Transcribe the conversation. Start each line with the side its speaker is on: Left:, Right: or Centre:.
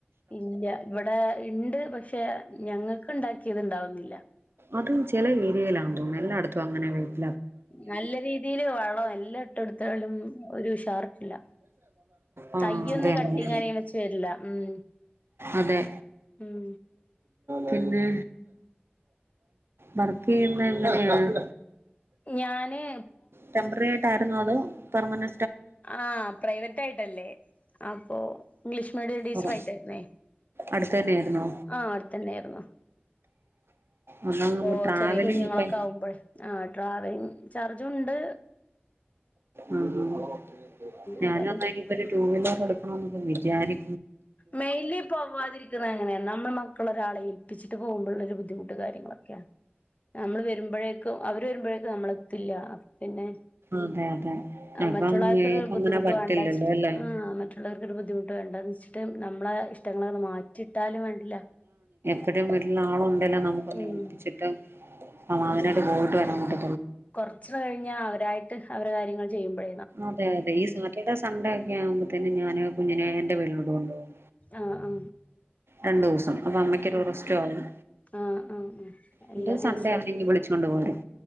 Left: ഇല്ല ഇവിടെ ഇണ്ട് പക്ഷെ ഞങ്ങൾക്ക് ഉണ്ടാക്കി ചെയ്തുണ്ടാവുന്നില്ല
Right: അത് ചില ഏരിയയിലാ തോന്നും എല്ലായിടത്തും അങ്ങനെ വ
Left: നല്ല രീതിൽ വളം എല്ലാ ഇട്ടെടുത്താലും ഒരു ഉഷാറിട്ടില്ല
Right: ആഹ്
Left: തയ്യൊന്ന്കട്ടിങ്ങാന
Right: അത് തന്നെ
Left: വെച്ച് ചേരില്ല ഉം
Right: അതെ
Left: ഉം
Right: പിന്നെ വർക്ക് ചെയ്യുന്നത് എങ്ങനെയാണ്?
Left: ഞാന്
Right: ഡെമ്ബ്രറി ആയിട്ടായിരുന്നോ? അതോ? പെർമന
Left: ആ പ്രൈവറ്റ് ആയിട്ടല്ലേ? അപ്പൊ ഇംഗ്ലീഷ് മീഡിയം ടീച്ചർ
Right: അതെ
Left: ആയിട്ടായിരുന്നേ
Right: അടുത്ത് തന്നെയായിരുന്നോ
Left: ആ അവിടെ തന്നെ ആയിരുന്നു.
Right: അതാവുമ്പോ
Left: അപ്പൊ
Right: ട്രാവലിംഗ്
Left: ചെറിയ കുഞ്ഞുങ്ങളൊക്കെ
Right: ഒക്കെ
Left: ആകുമ്പോൾ ആ ട്രാവലിങ് ചർ ഇതുണ്ട്
Right: ആ ആ ഞാന
Left: ഏതായാലും
Right: ഒന്നനിപ്പൊ ഒരു ടു വീലർ എടുക്കണം വിചാരി
Left: മെയിലി പോവാതിരിക്കുന്നത് എങ്ങനെയാ നമ്മൾ മക്കള ഒരാളെ ഏൽപ്പിച്ച് പോകുമ്പോഴ ഒരു ബുദ്ധിമുട്ട് കാര്യങ്ങളൊക്കെയാ നമ്മള് വരുമ്പോഴേക്കും അവര് വരുമ്പോഴേക്കും നമ്മളെത്തില്ല പിന്നെ
Right: അതെ അതെ അപ്പം
Left: മറ്റുള്ളവർകൊരു
Right: ഇയാക്ക്
Left: ബുദ്ധിമുട്ട്
Right: അങ്ങനെ പറ്റില്ലല്ലോ
Left: വേണ്ട വച്ചിട്ട്
Right: അല്ലേ
Left: ആ മറ്റുള്ളോർക്കൊരു ബു ദ്ധിമട്ടണ്ടാന്ന് വച്ചിട്ട് ടും നമ്മളെ ഇഷ് റ്റങ്ങളെ മാറ്റിയിട്ടാലും വേണ്ടില്ല
Right: ചിട്ട് വീട്ടിൽ ആള് എല്ലാം നമുക്ക് എൽപ്പിച്ചിട്ട്
Left: ഉം
Right: സമാധാനായിട്ട് പോയിട്ട് വരാ ആതെ
Left: കുറച്ച കഴിഞ്ഞ അവരായിട്ട് അവരെ കാര്യങ്ങൾ ചെയ്യുമ്പഴേ
Right: അതെ അതെ ഈ സാറ്റർഡേ സൺഡേ ഒക്കെ ആകുമ്പതിന് ഞാന് കുഞ്ഞിനെ എന്റെ വീലോട്ട്കൊണ്ടു പോകും
Left: ആ ആ
Right: രണ്ട് ദിവസം അപ്പൊ അമ്മയ്ക്കൊരു
Left: അ
Right: റെസ്റ്റും ആവും
Left: ആ ആ
Right: എന്നിട്ട്
Left: എല്ലാ ദിവസവും
Right: സൺഡേ ആണെങ്കി വിളിച്ചോണ്ട് പോരും